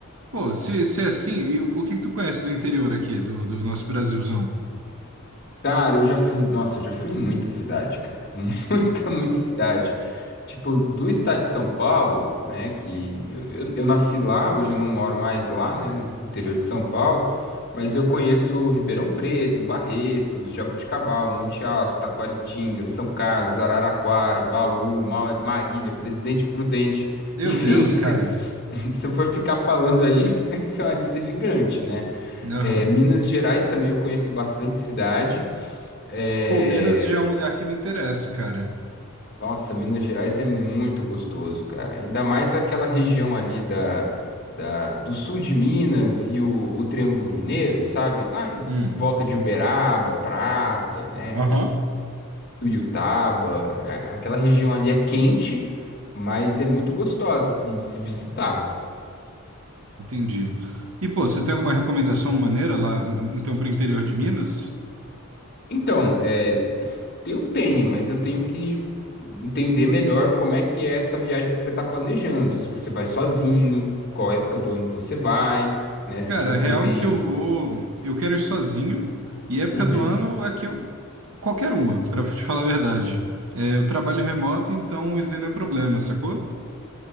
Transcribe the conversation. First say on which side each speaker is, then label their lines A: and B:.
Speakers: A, on the right; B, on the left.
A: Pô, se, se é assim, e o, o que que tu conhece do interior aqui, do, do nosso Brasilzão?
B: Cara, eu já fui. Nossa, eu já fui em muita cidade, cara. <laughs> Muita, muita cidade. Tipo, do estado de São Paulo, né? Que eu, eu, eu nasci lá, hoje eu não moro mais lá, né? No interior de São Paulo. Mas eu conheço Ribeirão Preto, Barretos, Jabuticabal, Monte Alto, Taquaritinga, São Carlos, Araraquara, Bauru, Ma- Marília, Presidente Prudente.
A: Meu
B: Enfim,
A: Deus,
B: <laughs>
A: cara.
B: se, se eu for ficar falando aí, <laughs> isso é uma lista gigante, né?
A: Aham.
B: É, Minas Gerais também eu conheço bastante cidade. É...
A: Pô, Minas já é um lugar que me interessa, cara.
B: Nossa, Minas Gerais é muito gostoso, cara. Ainda mais aquela região ali da, da, do sul de Minas e o, o Triângulo Mineiro, sabe? Lá em,
A: Hum.
B: em volta de Uberaba, Prata, né?
A: Aham.
B: Tuiutaba. A- Aquela região ali é quente, mas é muito gostosa, assim, de se visitar.
A: Entendi. E, pô, você tem alguma recomendação maneira lá, então, pro interior de Minas?
B: Então, é. Eu tenho, mas eu tenho que entender melhor como é que é essa viagem que você está planejando. Se você vai sozinho, qual época do ano você vai, né? Se
A: Cara,
B: você
A: real
B: tem.
A: é que eu vou. Eu quero ir sozinho. E época
B: Uhum.
A: do ano, aqui eu. Qualquer uma, pra te falar a verdade. É, eu trabalho remoto, então isso não é problema, sacou?